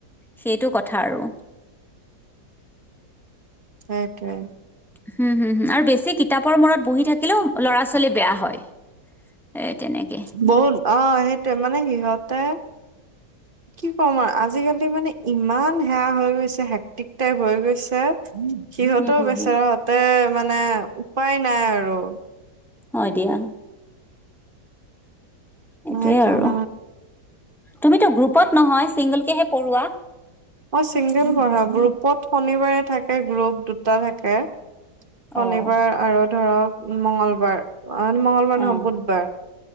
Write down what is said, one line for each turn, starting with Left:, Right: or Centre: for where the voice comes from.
Centre: সেইটো কথা আৰু
Right: সেইটোৱে
Centre: হম হুম হম আৰু বেছি কিতাপৰ মূৰত বহি থাকে থাকিলেও ল'ৰা ছোৱালী বেয়া হয় এ তেনেকে।
Right: বন অ সেই মানে সিহঁতে কি কম আৰু আজিকালি মানে ইমান সেয়া হৈ গৈছে হেক্টিক টাইপ হৈ গৈছে সিহঁতও
Centre: হুম, হুম,
Right: বেচেৰাহতে
Centre: হুম,
Right: মানে উপায় নাই আৰু
Centre: হয় দিয়া
Right: <inaudible> মই
Centre: এইটোয়ে
Right: কাণ
Centre: আৰু। তুমিতো গ্ৰুপত নহয় ছিংগলকেহে পঢ়োৱা
Right: মই চিংগল পঢ়া গ্ৰুপত শনিবাৰে থাকে গ্ৰুপ দুটা থাকে শনিবাৰ
Centre: অ',
Right: আৰুত ধৰক মঙ্গলবাৰ অ মঙগলবাৰ নহয়
Centre: অ',
Right: বুধবাৰ